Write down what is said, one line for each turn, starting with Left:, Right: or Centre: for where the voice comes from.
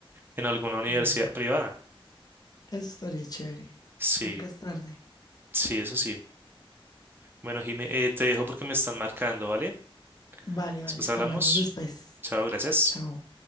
Right: en alguna universidad
Left: mm,
Right: privada.
Left: Eso estaría chévere.
Right: Sí,
Left: Nunca es tarde.
Right: sí, eso sí. Bueno, Jime, eh, te dejo porque me están marcando, ¿vale?
Left: Vale, vale.
Right: Después hablamos.
Left: Hablamos después.
Right: Chao, gracias.
Left: Chao.